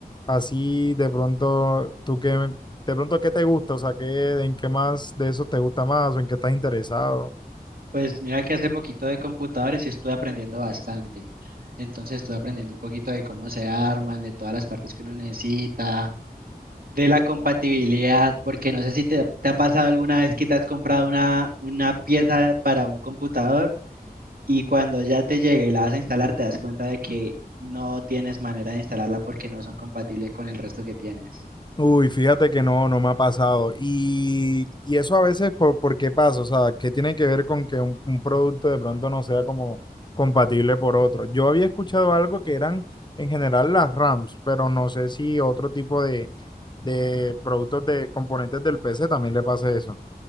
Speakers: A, on the left; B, on the right.
A: así de pronto, ¿tú qué? De pronto, ¿qué te gusta? O sea, ¿qué, en qué más de eso te gusta más o en qué estás interesado?
B: Pues mira que hace poquito de computadores y estuve aprendiendo bastante. Entonces estuve aprendiendo un poquito de cómo se arman, de todas las partes que uno necesita, de la compatibilidad, porque no sé si te, te ha pasado alguna vez que te has comprado una, una pieza para un computador Y cuando ya te llega y la vas a instalar, te das cuenta de que no tienes manera de instalarla porque no son compatibles con el resto que tienes.
A: Uy, fíjate que no, no me ha pasado. Y, y eso a veces, por, ¿por qué pasa? O sea, ¿qué tiene que ver con que un, un producto de pronto no sea como compatible por otro? Yo había escuchado algo que eran en general las RAMs, pero no sé si otro tipo de, de productos de componentes del PC también le pasa eso.